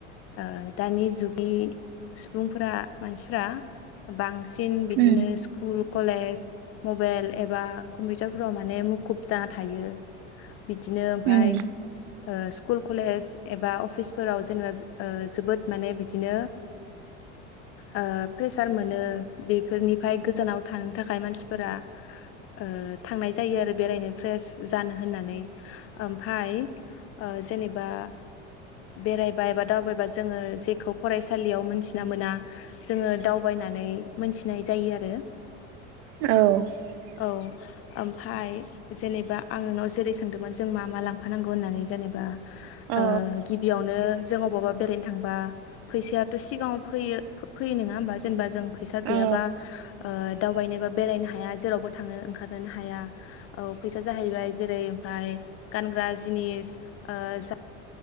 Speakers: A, on the left (about 40°); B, on the right (about 60°).
A: ओ दानि जुगनि सुबुंफोरा मानसिफ्रा बांसिन दिन बिदिनो
B: उम
A: स्कुल कलेज मबाइल एबा कम्पिउटारफोराव माने मुखुब जाना थायो। बिदिनो ओमफाय
B: उम
A: ओ स्कुल कलेज एबा अफिसफोराव जेनेबा ओ जोबोद माने बिदिनो ओ प्रेसार मोन <unintelligible> बिनो बेफोरनिफ्राय गोजानाव थांनो थाखाय मानसिफोरा ओ थांनाय जायो आरो बेरायनो फ्रेस जानो होननानै ओमफाय ओ जेनेबा बेरायबा एबा दावबायबा जोङो जेखौ फरायसालियाव मोनथिना मोना जोङो दावबायनानै मोनथिनाय जायो आरो
B: औ
A: औ ओमफाय जेनेबा आं नोंनाव जेरै सोंदोंमोन जों मा मा लांफानांगौ होननानै जेनेबा
B: औ
A: ओ गिबियावनो जों अबावबा बेरायनो थांबा फैसायाथ सिगाङाव फैयो फैयो नङा होमबा जेनेबा जों फैसा गैयाबा
B: औ
A: ओ दावबायनोबा बेरायनो हाया जेरावबो थांनो ओंखारनोनो हाया औ फैसा जाहैबाय जेरै ओमफाय गानग्रा जिनिस ओ जा